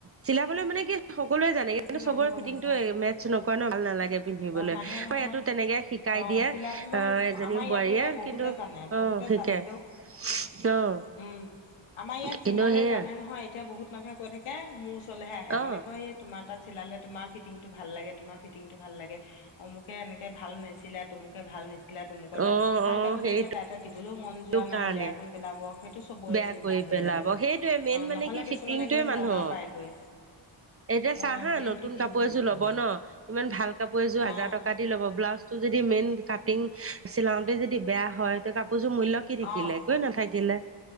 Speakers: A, on the right; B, on the left.
A: চিলাবলৈ মানে কি সকলোৱে জান বাকী
B: ফিটিং
A: কিন্তু চবৰে
B: আহিব
A: ফিটিংটো
B: লাগিব
A: মেটচ নকৰা ন ভাল নালাগে পিন্ধিবলৈ
B: অ নাহে নহয়
A: আৰু এইটো তেনেকে শিকাই
B: অ
A: দিয়ে
B: চিলাবলৈ
A: অহ এজনী
B: আমাৰ ইয়াতো
A: বোৱাৰীয়ে
B: এতিয়া বহুতে
A: কিন্তু অ',
B: জানে বহুতে
A: শিকে
B: জানিলেও
A: অ',
B: উম আমাৰ ইয়াত
A: কিন্তু
B: যিমানে
A: সেয়া
B: জানে নহয় এতিয়া বহুত মানুহে কৈ থাকে মোৰ ওচৰলৈহে আহে
A: অ
B: মানে কয় তোমাৰ তাত চিলালে তোমাৰ ফিটিংটো ভাল লাগে তোমাৰ ফিটিংটো ভাল লাগে অমুকে এনেকে ভাল নিছিলাই তমোকে ভাল নিছিলাই দিলা তমুকৰ তাত
A: অ
B: ভাল
A: অ
B: কাপোৰযোৰ
A: সেইটো
B: এতিয়া তাত দিবলৈও মন যোৱা
A: কাৰণে
B: নাই বেয়া কৰি পেলাব সেইটো চবৰে
A: বেয়া
B: চিন্তা
A: কৰি
B: হৈ
A: পেলাব
B: যায় মানে,
A: সেইটোৱে মেইন
B: অ',
A: মানে
B: নহ'লে
A: কি ফিটিংটোৱে
B: কিছুমানে গৈ
A: মানুহৰ
B: নগাঁও পাইগৈ।
A: এতিয়া চাহ
B: অ
A: হা
B: মেইন
A: নতুন
B: ফিটিংটো
A: কাপোৰ এযোৰ
B: মানুহৰ
A: লব ন ইমান ভাল কাপোৰ এযোৰ হাজাৰ
B: অ
A: টকা দি লব ব্লাউজ যদি মেইন কাটিং চিলাওতে যদি বেয়া হয় তে কাপোৰ কাপোৰযোৰ মূল্য কি থাকিলে
B: অ
A: একোৱেই নাথাকিলে